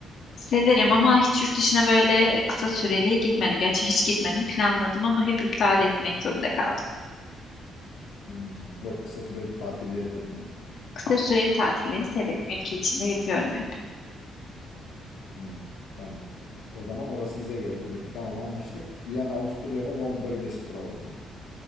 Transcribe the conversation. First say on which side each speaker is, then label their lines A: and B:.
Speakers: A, on the left (about 65°); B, on the left (about 80°).
A: Severim ama hiç yurt dışına böyle e, kısa süreli gitmedim. Gerçi hiç gitmedim. Planladım ama hep iptal etmek zorunda kaldım.
B: Hmm, Yok kısa süreli tatilleri dedim yani.
A: Kısa süreli tatilleri severim. Ülke içinde yapıyorum hep.
B: Hmm, Tamam. O zaman orası bize göre dedik. Tamam anlaştık. Viyana, Avusturya mı Londra, Birleşik Krallık mı?